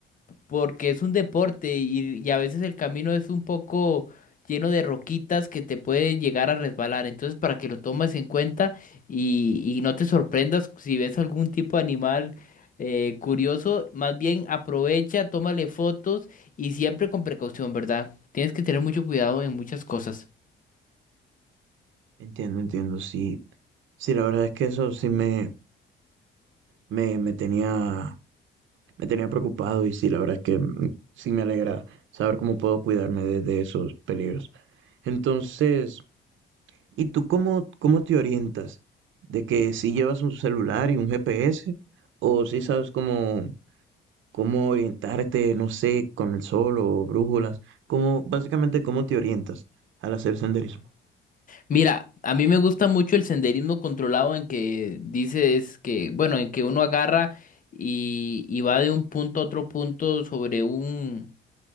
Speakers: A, on the left; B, on the right.
A: porque es un deporte y, y a veces el camino es un poco lleno de roquitas que te puede llegar a resbalar. Entonces, para que lo tomes en cuenta y, y no te sorprendas si ves algún tipo de animal. eh, curioso, más bien aprovecha, tómale fotos y siempre con precaución, ¿verdad? Tienes que tener mucho cuidado en muchas cosas.
B: Entiendo, entiendo, sí. Sí, la verdad es que eso sí me, me, me tenía, me tenía preocupado y sí, la verdad es que mm, sí me alegra saber cómo puedo cuidarme de, de esos peligros. Entonces, ¿y tú cómo, cómo te orientas? ¿De que si llevas un celular y un GPS o si sabes cómo cómo orientarte, no sé, con el sol o brújulas, cómo, básicamente cómo te orientas al hacer senderismo.
A: Mira, a mí me gusta mucho el senderismo controlado en que dices que, bueno, en que uno agarra y, y va de un punto a otro punto sobre un,